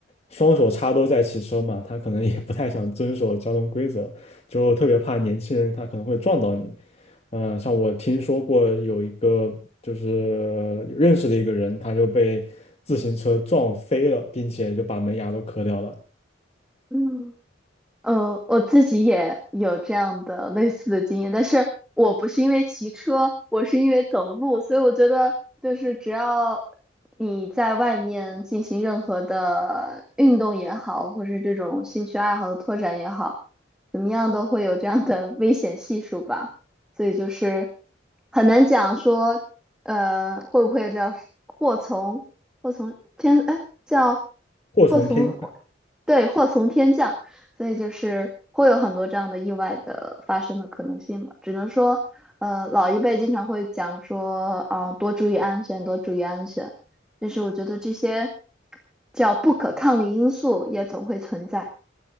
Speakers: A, on the left; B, in the centre.
A: 双手插兜在骑车嘛，<laughs> 他可能也不太想遵守交通规则，就特别怕年轻人他可能会撞到你。嗯、像我听说过有一个就是有认识的一个人，他就被自行车撞飞了，并且就把门牙都磕掉了，
B: 嗯。嗯，我自己也有这样的类似的经验，但是我不是因为骑车，我是因为走路，所以我觉得就是只要你在外面进行任何的运动也好，或是这种兴趣爱好的拓展也好，怎么样都会有这样的危险系数吧，所以就是很难讲说，呃，会不会叫祸从祸从天，哎，叫
A: 祸从天。
B: 祸从，对，祸从天降。所以就是会有很多这样的意外的发生的可能性吧。只能说，呃，老一辈经常会讲说，啊、多注意安全，多注意安全。但是我觉得这些叫不可抗力因素也总会存在。